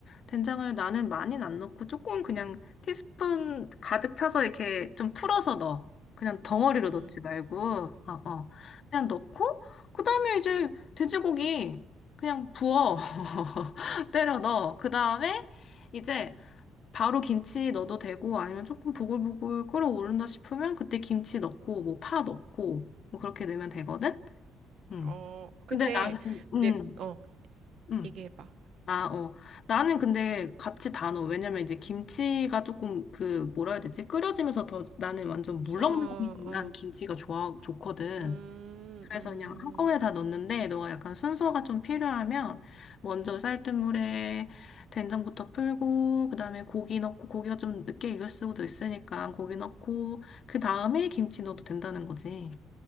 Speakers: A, on the left; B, on the right.
A: 된장을 나는 많이는 안 넣고 조금 그냥 티스푼 가득 차서 이렇게 좀 풀어서 넣어. 그냥 덩어리로
B: 응,
A: 넣지 말고 어 어. 그냥 넣고 그다음에 이제 돼지고기 그냥 부어. <laughs> <laughs> 때려 넣어. 그 다음에 이제 바로 김치 넣어도 되고 아니면 조금 보글보글 끓어오른다 싶으면 그때 김치 넣고 뭐 파 넣고 뭐 그렇게 넣으면 되거든? 음.
B: 어. 근데
A: 근데 나는,
B: 내,
A: 음,
B: 어,
A: 음.
B: 얘기해봐.
A: 아, 어. 나는 근데 같이 다 넣어. 왜냐면 이제 김치가 조금 그 뭐라 해야 되지? 끓여지면서 더 나는 완전 물렁물렁한
B: 어, 어,
A: 김치가 좋아, 좋거든.
B: 음,
A: 그래서
B: 음.
A: 그냥 한꺼번에 다 넣는데 너가 약간 순서가 좀 필요하면 먼저 쌀뜨물에 된장부터 풀고 그다음에 고기 넣고 고기가 좀 늦게 익을 수도 있으니까 고기 넣고 그 다음에 김치 넣어도 된다는 거지.